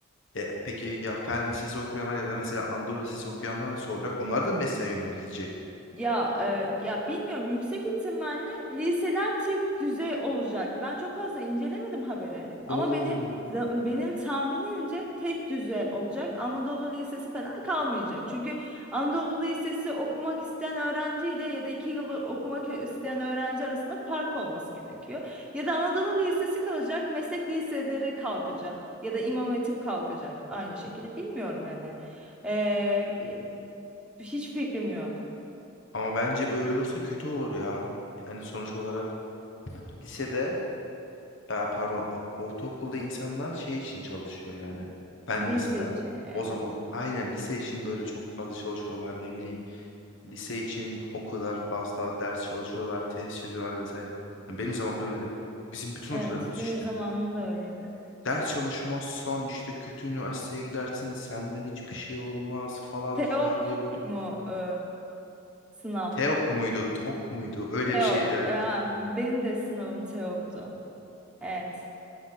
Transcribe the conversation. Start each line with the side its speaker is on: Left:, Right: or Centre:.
Left: E, peki ya fen lisesi okuyanlar ya da mesela Anadolu lisesi okuyanlar nasıl olacak? Onlar da mesleğe yöneltilecek.
Centre: Ya e, ya bilmiyorum yüksek ihtimalle liseler tek düzey olacak. Ben çok fazla incelemedim haberi
Left: Oo.
Centre: ama benim za- benim tahminimce tek düzey olacak. Anadolu Lisesi falan kalmayacak. Çünkü Anadolu Lisesi okumak isteyen öğrenciyle ya da iki yıl okumak isteyen öğrenci arasında fark olması gerekiyor. Ya da Anadolu Lisesi kalacak, meslek liseleri kalkacak ya da İmam Hatip kalkacak aynı şekilde. Bilmiyorum yani. E, hiç fikrim yok.
Left: Ama bence böyle olursa kötü olur ya. Yani sonuç olarak lisede, ya pardon, ortaokulda insanlar şey için çalışıyor yani. Ben
Centre: Lise
Left: mesela
Centre: içi evet.
Left: o zaman aynen lise için böyle çok fazla çalışıyorlar ne bileyim. Lise için o kadar fazla ders çalışıyorlar, test çözüyorlar vesaire. Yani benim zamanımda öyleydi. Bizim bütün
Centre: Evet
Left: hocalarımız
Centre: benim
Left: işte
Centre: zamanımda öyleydi.
Left: Ders çalışmazsan işte kötü üniversiteye gidersin senden hiçbir şey olmaz falan
Centre: Teok
Left: filan diye böyle.
Centre: mu e, sınav?
Left: TEOK muydu TOK muydu öyle
Centre: Teok.
Left: bir şeydi evet.
Centre: E, ha, benim de sınavım Teok'tu. Evet.